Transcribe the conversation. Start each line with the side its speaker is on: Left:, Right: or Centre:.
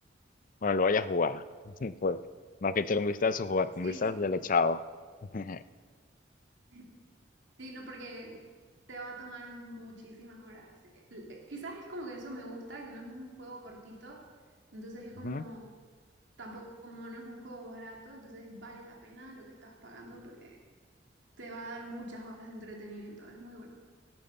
Left: Bueno, lo vaya a jugar. <laughs> Pues, más que echar un vistazo, jugar
Right: Sí,
Left: con vistas
Right: sí.
Left: ya le he echado. <laughs>
Right: <laughs> Sí, no, porque te va a tomar muchísimas horas. Eh, eh, Quizás es como que eso me gusta, que no es un juego cortito, entonces es como,
Left: Ujú.
Right: tampoco como no es un juego barato, entonces vale la pena lo que estás pagando porque te va a dar muchas horas de entretenimiento, es muy bueno.